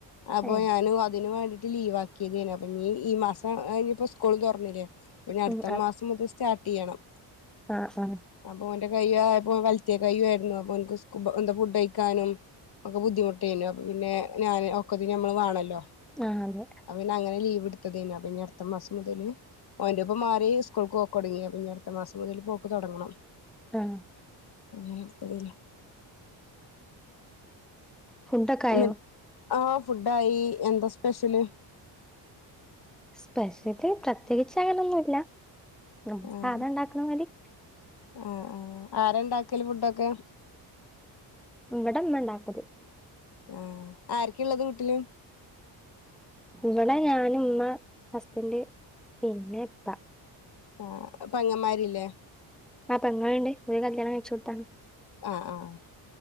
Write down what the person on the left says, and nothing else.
അപ്പൊ
ഞാന് അതിന് വേണ്ടീട്ട് ലീവാ ക്കിതിന് അപ്പഞ്ഞ് ഈ മാസ ഇഞ്ഞിപ്പോ സ്കൂളു തൊർന്നിലേ അപ്പഞ്ഞട്ത്ത
മാസം മുതൽ സ് സ്റ്റാർട്ട് ചെയ്യണം
അപ്പൊ ഓന്റെ കയ്യ്പ്പൊ വലത്തെ കയ്യു ആയിരുന്നു അപ്പൊ എനിക്ക് എന്താ ഫുഡ് കഴിക്കാനും ഒക്കെ ബുദ്ധിമുട്ടെയ്നു അപ്പോപ്പിന്നെ ഞാൻ ഒക്കത്തിനും ഞമ്മള് വേണല്ലോ
അപ്പ പിന്നാ അങ്ങനെ ലീവ് എടുത്തതേനു അപ്പൊ ഇനി അടുത്ത മാസം മുതല് ഓനിപ്പോ മാറി സ്കൂൾക്ക് പോക്കോടങ്ങി അപ്പ ഇനി അടുത്ത മാസം മുതൽ പോക്ക് തൊടങ്ങണം
ഒന്നും ഇട്ത്തലീം
എന്നിട്ട് ആഹ് ഫുഡായി എന്താ സ്പെഷ്യല്
ആഹ്
ആഹ് ആഹ് ആരണ്ടാക്കല് ഫുഡൊക്കെ
ആഹ് ആരക്കെയള്ളത് വീട്ടില്
ആഹ് പെങ്ങന്മാരില്ലേ
ആഹ് ആഹ്